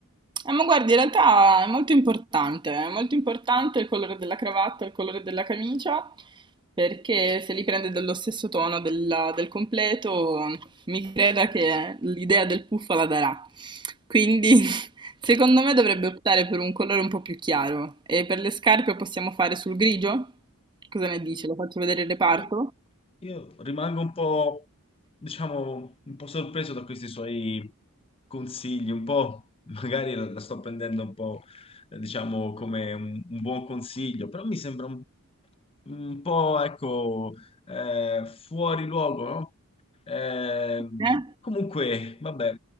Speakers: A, on the right (about 20°); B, on the left (about 25°).
A: Eh, ma guarda, in realtà è molto importante, è molto importante il colore della cravatta, il colore della camicia, perché se li prende dello stesso tono della- del completo, mi creda che l'idea del puffa la darà. Quindi, <laughs> secondo me dovrebbe optare per un colore un po' più chiaro. E per le scarpe possiamo fare sul grigio? Cosa ne dici? Lo faccio vedere il reparto?
B: Io, io rimango un po', diciamo, un po' sorpreso da questi suoi consigli, un po', <laughs> magari la, la sto prendendo un po', eh, diciamo, come un, un buon consiglio, però mi sembra un, un po', ecco, eh, fuori luogo, no? Ehm,
A: Eh?
B: comunque, vabbè,